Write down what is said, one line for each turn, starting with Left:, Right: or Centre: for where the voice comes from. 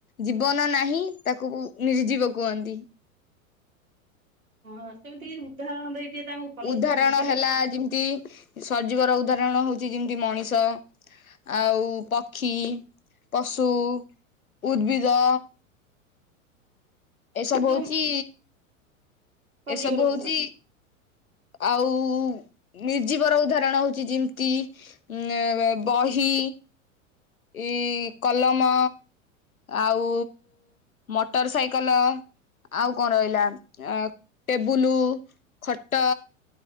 Left: ଜୀବନ ନାହିଁ ତାକୁ ନିର୍ଜୀବ କୁହନ୍ତି।
Right: ହଁ ସେମିତି ଉଦାହରଣ ଦେଇ ଟିକେ ତାଙ୍କୁ ଭଲସେ
Left: ଉଦାହରଣ
Right: ବୁଝେଇଲେ
Left: ହେଲା ଯେମିତି ସଜୀବର ଉଦାହରଣ ହଉଚି ଯେମିତି ମଣିଷ ଆଉ ପକ୍ଷୀ ପଶୁ ଉଦ୍ଭିଦ ଏସବୁ
Right: ଯୋଉ
Left: ହଉଚି
Right: ସଜୀବର
Left: ଏସବୁ
Right: ଉଦାହରଣ
Left: ହଉଚି ଆଉ ନିର୍ଜୀବର ଉଦାହରଣ ହଉଚି ଯେମିତି ଆଁ ବହି ଏଇ କଲମ ଆଉ ମଟର ସାଇ କଲ ଆଉ କଣ ରହିଲା ଟେବୁଲୁ ଖଟ